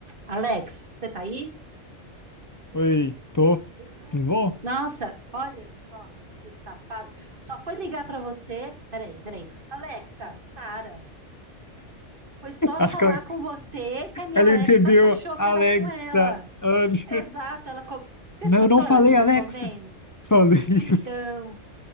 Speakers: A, on the right; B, on the left.
A: Alex, você tá aí? Olá,
B: Oi, tô.
A: eu estou aqui.
B: Tudo bom?
A: Nossa, olha só que safada. Só foi ligar pra você. Peraí, peraí. Alexa, para. Foi só
B: Acho
A: falar
B: que ela,
A: com você que a minha
B: ela
A: Alexa
B: entendeu
A: achou que
B: Alexa
A: era com ela.
B: antes.
A: Exato, ela. co- Você
B: Não,
A: escutou
B: eu não falei
A: ela me respondendo?
B: Alexa. Falei isso.
A: Então,